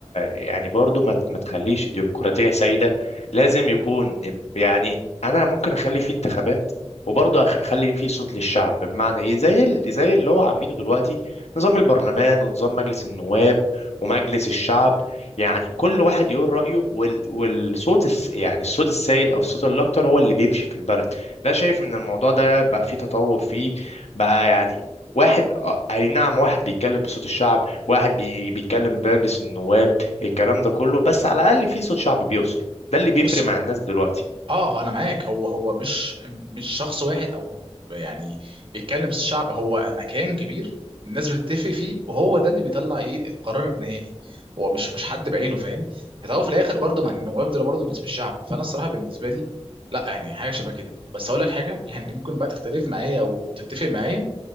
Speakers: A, on the left (about 75°); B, on the right (about 50°).
A: يعني برضو ما ت- ما تخليش الديمقراطية سيدة لازم يكون يعني أنا ممكن أخلي فيه انتخابات وبرضه أخ- أخلي فيه صوت للشعب بمعنى إيه زي ال- زي اللي هو عاملينه دلوقتي نظام البرلمان ونظام مجلس النواب ومجلس الشعب يعني كل واحد يقول رأيه وال والصوت الس يعني الصوت السائد أو الصوت الأكتر هو اللي بيمشي في البلد ده شايف إن الموضوع ده بقى فيه تطور فيه بقى يعني واحد آه، أي نعم واحد بيتكلم بصوت الشعب واحد بي... بيتكلم بمجلس النواب الكلام ده كله بس على الاقل في صوت شعبي بيوصل ده اللي بيفرق
B: بص
A: مع الناس دلوقتي
B: اه انا معاك هو هو مش مش شخص واحد او هو يعني بيتكلم بس الشعب هو مكان كبير الناس بتتفق فيه وهو ده اللي بيطلع ايه القرار النهائي هو مش مش حد بعينه فاهم في الأول وفي الاخر برضه ما النواب دول برضه الناس مش شعب فانا الصراحه بالنسبه لي لا يعني حاجه شبه كده بس اقول لك حاجه يعني ممكن بقى تختلف معايا او تتفق معايا